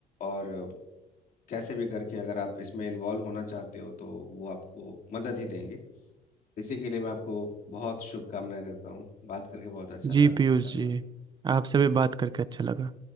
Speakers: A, on the left; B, on the right.
A: और कैसे भी करके अगर आप इसमें इन्वॉल्व होना चाहते हो तो वो आपको मदद ही देंगे इसी के लिए मैं आपको बहुत शुभकामनाएं देता हूँ बात करके बहुत अच्छा
B: जी
A: लगा धन्यवाद
B: पीयूष जी आपसे भी बात करके अच्छा लगा